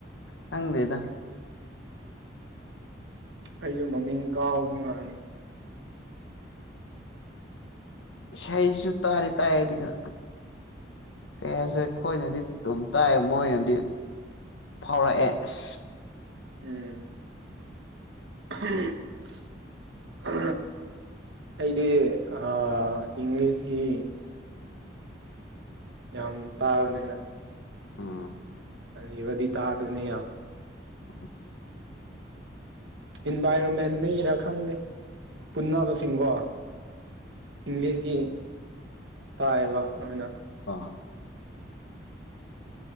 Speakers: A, on the left; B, on the right.
A: ꯈꯪꯗꯦꯗ
B: ꯑꯩꯁꯨ ꯃꯃꯤꯡ ꯀꯥꯎꯕ ꯃꯥꯥꯜꯂꯦ
A: ꯏꯁꯩꯁꯨ ꯇꯥꯗꯤ ꯇꯥꯏ ꯑꯗꯨꯒ ꯀꯩ ꯍꯥꯏꯁꯦꯔꯦ ꯑꯩꯈꯣꯏꯅꯗꯤ ꯑꯗꯨꯝ ꯇꯥꯏ ꯃꯣꯏꯅꯗꯤ ꯐꯥꯎꯔꯛꯑꯦ ꯑꯁ
B: ꯎꯝ <unintelligible> ꯑ ꯑꯩꯗꯤ ꯑꯥ ꯏꯪꯂꯤꯁꯀꯤ ꯌꯥꯝ ꯇꯥꯕꯅꯤꯅ
A: ꯎꯝ
B: ꯑꯔꯤꯕꯗꯤ ꯇꯥꯗꯕꯅꯤ ꯌꯥꯝꯅ
A: <unintelligible>
B: ꯏꯟꯚꯥꯏꯔꯣꯟꯃꯦꯟꯗꯒꯤꯔꯥ ꯈꯪꯗꯦ ꯄꯨꯟꯅꯕꯁꯤꯡꯀꯣ ꯏꯪꯂꯤꯁꯀꯤ ꯇꯥꯏꯕ ꯅꯣꯏꯅ
A: ꯑꯣ